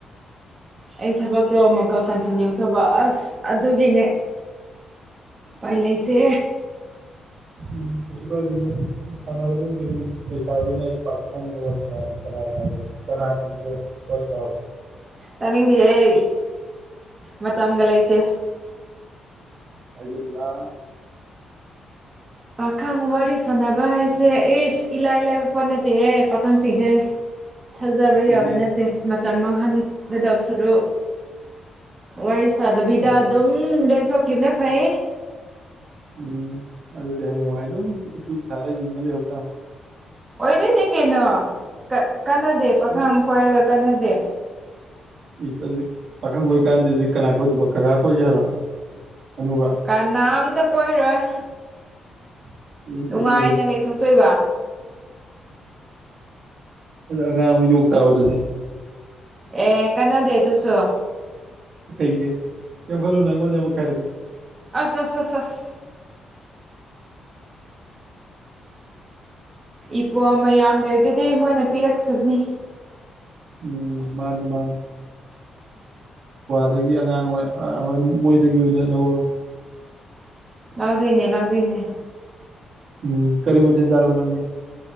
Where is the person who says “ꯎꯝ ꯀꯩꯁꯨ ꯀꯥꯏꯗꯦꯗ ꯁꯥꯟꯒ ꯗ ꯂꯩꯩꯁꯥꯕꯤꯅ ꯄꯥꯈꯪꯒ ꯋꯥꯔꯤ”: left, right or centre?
Right